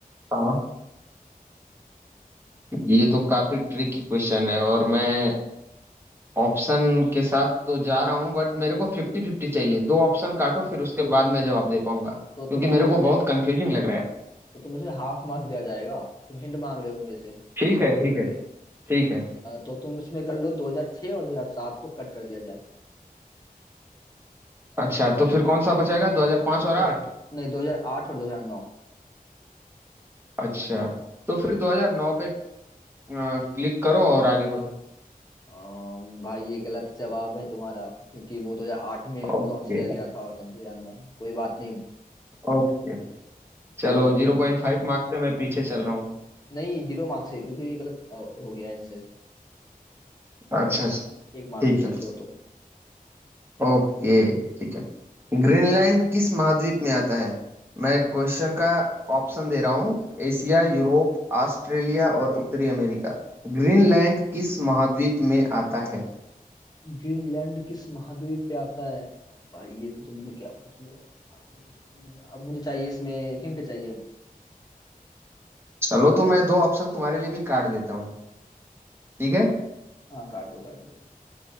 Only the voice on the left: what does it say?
तो
तुम्हें
तो उसमें
अ,
तो तुम्हें उसमें हाफ मार्क्स दिया जाएगा तुम हिंट मांग रहे हो मेरे से फिफ्टी
फिफ्टी
तो तुम इसमें कर लो 2006 और 2007 को कट कर दिया जाए
दो,
नहीं 2008 और 2009
अम्म, भाई ये गलत जवाब है तुम्हारा क्योंकि वो 2008 में
लॉन्च किया गया था और चंद्रयान वन कोई बात नहीं
चलो
अब
तुम
नहीं जीरो मार्क्स है क्योंकि ये गलत अ, हो गया आंसर
एक मार्क्स
से
पीछे हो तुम
ग्रीनलैंड किस महाद्वीप पे आता है भाई ये तो तुमने क्या पूछ लिया अम्म, अब मुझे चाहिए इसमें हिंट चाहिए
हाँ काट दो काट दो